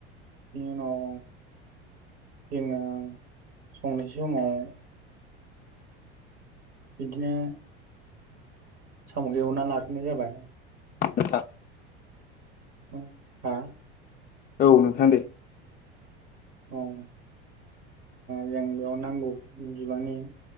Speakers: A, on the right (about 50°); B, on the left (about 30°).
A: बेनि उनाव जोङो संनाय समाव बिदिनो सम'खौ एवना लाग्रोनाय जाबाय
B: नोंथां
A: उम हा
B: औ नोंथाङा दे
A: औ ओ जों बेयाव नांगौ बिबांनि